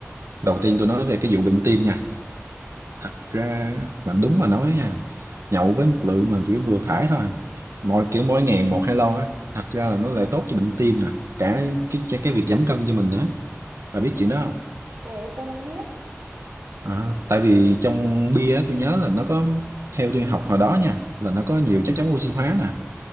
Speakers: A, on the right (about 70°); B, on the right (about 45°).
A: đầu tiên tôi nói về cái vụ bệnh tim nha thật ra á, mà đúng mà nói nha nhậu với một lượng mà vừa vừa phải thôi mỗi kiểu mỗi ngày một hai lon á thật ra là nó lại tốt cho bệnh tim nè cả cái cái cái việc giảm cân cho mình nữa bà biết chuyện đó không
B: Cái đấy tôi không biết.
A: À, tại vì trong bia á, tôi nhớ là nó có theo tôi học hồi đó nha là nó có nhiều chất chống oxy hóa nè